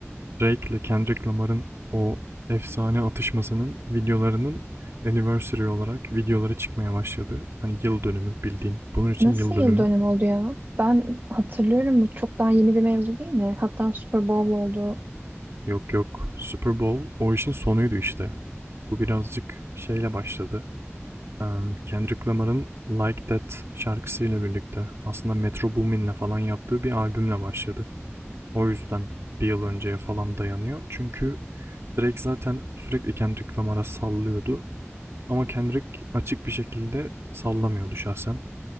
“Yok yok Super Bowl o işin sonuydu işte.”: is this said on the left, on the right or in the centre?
Right